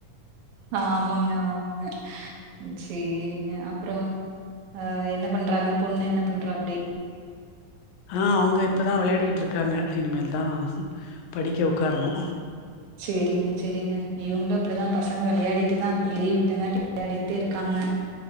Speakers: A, on the right; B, on the left.
A: ஆமாங்க ஆமாங்க சரிங்க அப்புறோ அஹ் என்ன பண்றாங்க பொண்ணு என்ன பண்றாப்டி
B: ஆஹ் அவங்க இப்பதா விளையாடிட்ருக்காங்க இனிமேல் தா படிக்க உக்காரனு
A: சேரிங்க சேரிங்க இவங்களு அப்படிதா பச விளையாடிட்டு தா இப்ப லீவ் தெனாட்டி விளையாடிட்டே இருக்காங்க